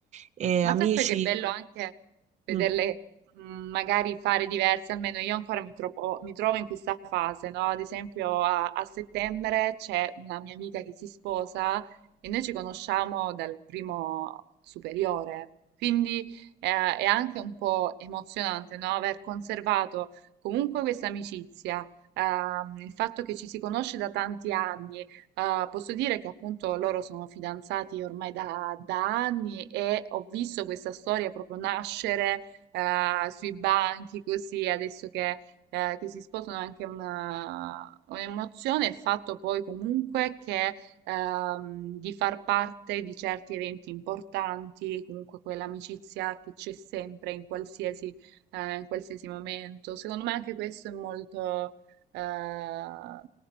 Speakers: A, on the right; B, on the right.
A: E
B: Ma
A: amici,
B: sai poi che bello anche vederle
A: mm,
B: mh, magari fare diverse, almeno io ancora mi trovo, mi trovo in questa fase, no? Ad esempio a, a settembre c'è una mia amica che si sposa e noi ci conosciamo dal primo superiore, quindi eh, è anche un po' emozionante, no? Aver conservato comunque questa amicizia, ehm, il fatto che ci si conosce da tanti anni eh, posso dire che appunto loro sono fidanzati ormai da, da anni e ho visto questa storia proprio nascere eh, sui banchi così, adesso che, eh, che si sposano è anche una, un'emozione, il fatto poi comunque che ehm, di far parte di certi eventi importanti, comunque quell'amicizia che c'è sempre in qualsiasi, eh, in qualsiasi momento. Secondo me anche questo è molto Ehm,